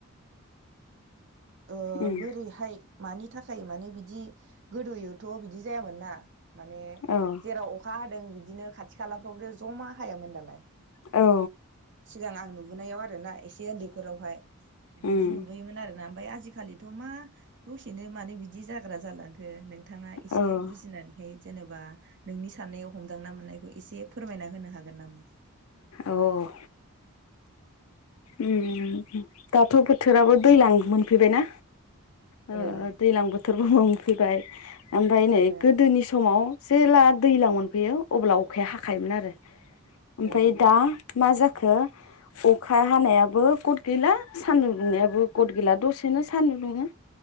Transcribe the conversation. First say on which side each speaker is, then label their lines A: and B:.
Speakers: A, on the right (about 55°); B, on the left (about 70°).
A: ओ
B: उम
A: बोरैहाय मानि थाखाय माने बिदि गोदोयोथ बिदि जायामोन ना माने
B: औ
A: जेराव अखा हादों बिदिनो खाथि खालाफ्रावथ जमा हायामोन दालाय
B: औ
A: सिगां आं नुबोनायाव आरोना एसे उन्दैफोरावहाय
B: उम
A: बिदि नुबोयोमोन आरोना आजिखालिथ मा बुस बनो मानो बिदि जाग्रा जालांखो नो नोंथाङा एसे
B: औ
A: बुजिनानैहाय जेनेबा नोंनि साननायाव हमदांना मोननायखौ एसे फोरमायना होनो हागोन नामा?
B: औ औ ओम ओम दाथ बोथोराबो दैज्लां मोनफैबायना ओ
A: ओं
B: ओ दैज्लां बोथोरबो फैबाय ओमफ्राय नै
A: ओं
B: गोदोनि समाव जेब्ला दैज्लां मोनफैयो अब्ला अखाया हाखायोमोन आरो ओमफ्राय
A: ओं
B: दा मा जाखो खो फु अखा हानायाबो गथ गैला सान्दुं दुंनायाबो गथ गैला दसेनो सान्दुं दुङो